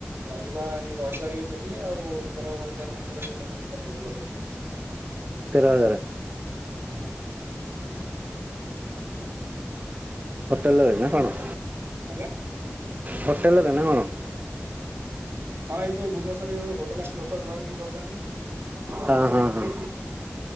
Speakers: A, on the right (about 55°); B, on the right (about 35°).
A: ରହିବା ରହିପାରିବେ ସେଠି ଆଉ ତେର ହଜାର ତେର ଚଉଦ ହଜାର ଭଳିଆ ଦେବେ ବୋଧେ। ହ
B: ତେରହଜାର
A: ହଁ।
B: ହୋଟେଲରେ ରହିବେ ନା କଣ?
A: ଆଜ୍ଞା
B: ହୋଟେଲରେ ନା କଣ?
A: ହଁ ଏଇ ଯୋଉ ଭୁବନେଶ୍ରରେ ଯୋଉ ହୋଟେଲ ଆସି ଲୋକ ରୁହା ରୁହି କରୁଛନ୍ତି ତାଙ୍କର ଡକ୍ୟୁମେଣ୍ଟ
B: ହଁ ହଁ
A: ଏଣ୍ଟ୍ରି
B: ହଁ